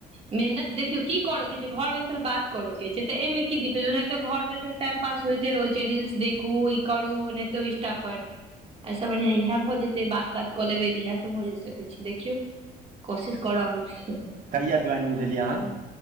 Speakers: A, on the right; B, on the right.
A: मेहनत देखियौ की करऽ के छै घर बैसल बात करय के छै तऽ ए एहिमे की दिक छै ओनाहिते घर बैसल टाइम पास होेइते रहै छै रिल्स देखू इ करु नई तऽ ईंस्टा पर ऐसे बढ़िआं इएह भऽ जेतै बात बात तात कऽ लेबै तऽ इएह सभ भ सकै छै देखियौ कोशिश कऽ रहल छीयै
B: कहिआ ज्वइनिंग देलये अहाँ